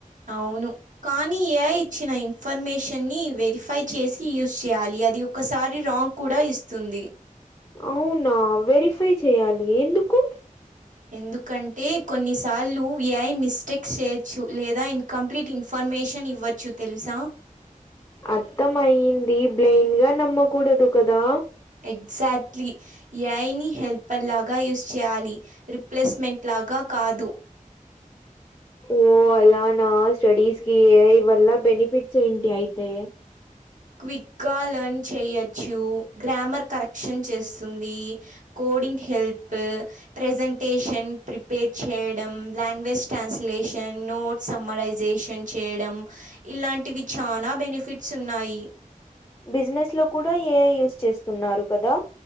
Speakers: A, on the right; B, on the left.
A: అవును కానీ ఏఐ ఇచ్చిన ఇన్ఫర్మేషన్ని వెరిఫై చేసి యూజ్ చేయాలి అది ఒకసారి రాంగ్ కూడా ఇస్తుంది
B: అవునా వెరిఫై చెయాలి ఎందుకు
A: ఎందుకంటే కొన్నిసార్లు ఏఐ మిస్టేక్ చేయొచ్చు లేదా ఇంకా కంప్లీట్ ఇన్ఫర్మేషన్ ఇవ్వచ్చు తెలుసా
B: అర్థం అయింది బ్లేమ్ గా నమ్మకూడదు కదా
A: ఎక్జాట్లీ ఏఐ ని హెల్పర్ లాగా యూజ్ చేయాలి రిప్లేస్మెంట్ లాగా కాదు
B: ఓ అలానా స్టడీస్ కి ఏఐ వల్ల బెనిఫిట్స్ ఏంటి అయితే
A: క్విక్ గా లర్న్ చేయొచ్చు గ్రామర్ కరెక్షన్ చేస్తుంది కోడింగ్ హెల్ప్ ప్రజెంటేషన్ ప్రిపేర్ చేయడం లాంగ్వేజ్ ట్రాన్స్లేషన్ నోట్ సమ్మరైజేషన్ చేయడం ఇలాంటివి చానా బెనిఫిట్స్ ఉన్నాయి
B: బిజినెస్ లో కూడా ఏఐ యూస్ చేస్తున్నారు కదా